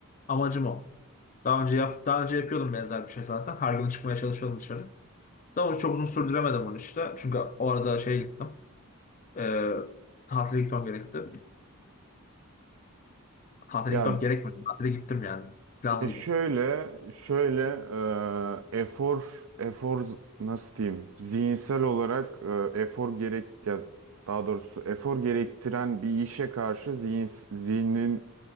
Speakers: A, on the left; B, on the right.
A: Amacım o. Daha önce yap, daha önce yapıyordum benzer bir şey zaten. Her gün çıkmaya çalışıyordum dışarı. Daha önce çok uzun sürdüremedim onu işte. Çünkü o arada şeye gittim. Ee, tatile gitmem gerekti. Tatile
B: Ya
A: gitmem gerekmedi. Tatile gittim yani. Planlıydım.
B: Ya şöyle, şöyle e, efor, efor nasıl diyeyim? Zihinsel olarak e, efor gerek ya daha doğrusu efor gerektiren bir işe karşı zihin, zihnin